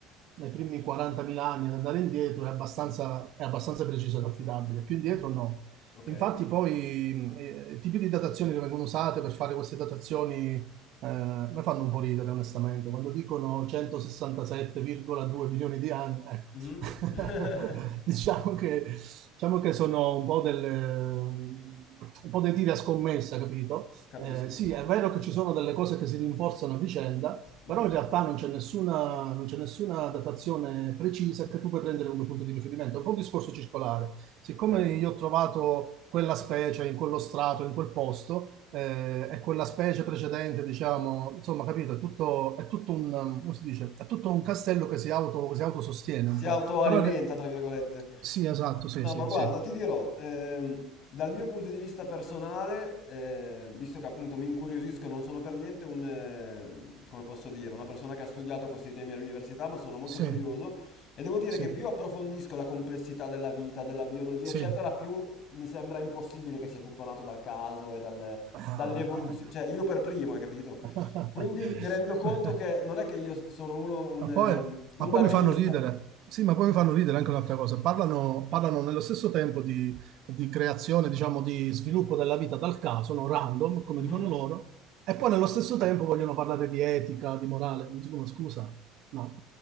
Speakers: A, on the right; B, on the left.
A: nei primi 40.000 anni ad andare indietro è abbastanza, è abbastanza preciso ed affidabile. Più indietro
B: mhm.
A: no.
B: Okay.
A: Infatti poi eh, i tipi di datazioni che vengono usate per fare queste datazioni eh, mi fanno un po' ridere, onestamente. Quando dicono 167,2 milioni di anni, ecco.
B: Mh-mh. <laughs>
A: <laughs> diciamo che, diciamo che sono un po' delle... Un po' dei tiri a scommessa, capito?
B: Capisco.
A: Eh, sì, è vero che ci sono delle cose che si rinforzano a vicenda,
B: Mh-mh.
A: però in realtà non c'è nessuna, non c'è nessuna datazione precisa che tu puoi prendere come punto di riferimento. È un po' un discorso circolare siccome
B: Okay.
A: io ho trovato quella specie in quello strato, in quel posto, eh, e quella specie precedente, diciamo, insomma, capito, è tutto, è tutto un, um, come si dice, è tutto un castello che si auto, che si autosostiene
B: Si
A: un
B: autoalimenta,
A: po'. Però, re-
B: tra virgolette.
A: sì, esatto, sì,
B: No,
A: sì,
B: ma guarda,
A: sì,
B: ti dirò, ehm, dal mio punto di vista personale, eh, visto che appunto mi incuriosisco, non sono per niente un, ehm, come posso dire, una persona che ha studiato questi temi all'università, ma sono molto
A: sì,
B: curioso e devo dire
A: sì,
B: che più approfondisco la complessità della vita, della biologia,
A: sì.
B: eccetera, più mi sembra impossibile che sia tutto nato dal caso e dal-
A: Ah,
B: dall'evoluzione.
A: dai.
B: Cioè, io per primo, hai capito?
A: <laughs>
B: Quindi mi rendo conto che non è che io sono uno, un
A: Ma
B: ehm,
A: poi,
B: un
A: ma
B: darwinista.
A: poi mi fanno ridere. Sì, ma poi mi fanno ridere anche un'altra cosa. Parlano, parlano nello stesso tempo di, di creazione, diciamo, di sviluppo della vita dal caso, no? Random, come
B: Mhm.
A: dicono loro, e poi nello stesso tempo vogliono parlare di etica, di morale. Mi dicono, scusa, ma,